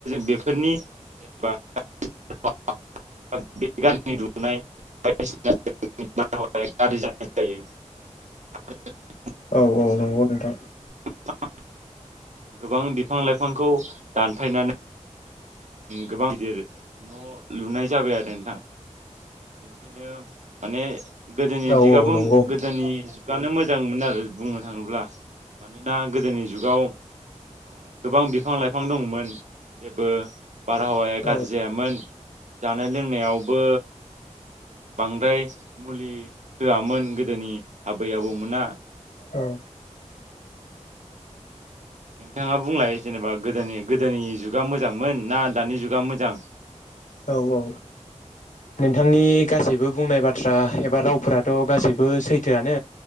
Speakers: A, on the right; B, on the left.
A: बेफोरनि <unintelligible> <unintelligible>
B: औ औ नंगौ नोंथां
A: <unintelligible> गोबां बिफां लाइफांखौ दानफायनानै गोबां गिदिर न' लुनाय जाबाय आरो नोंथां बेनिखायनो माने गोदोनि
B: औ
A: दिगाबो
B: औ नंगौ
A: गोदोनि जुगानो मो जांमोन आरो बुंनो थाङोब्ला मानोना गोदोनि जुगाव ओ गोबां बिफां लाइफां दंमोन जेबो बारहावाया
B: औ
A: गाज्रि जायामोन जानाय लोंनायावबो बांद्राय मुलि होआमोन गोदोनि आबै आबौमोना
B: औ
A: नोंथाङा बुंलाय जेनेबा गोदोनि गोदोनि जुगा मोजांमोन ना दानि जुगा मोजां
B: औ औ नोंथांनि गासैबो बुंनाय बाथ्रा एबा रावफोराथ' गासैबो सैथोआनो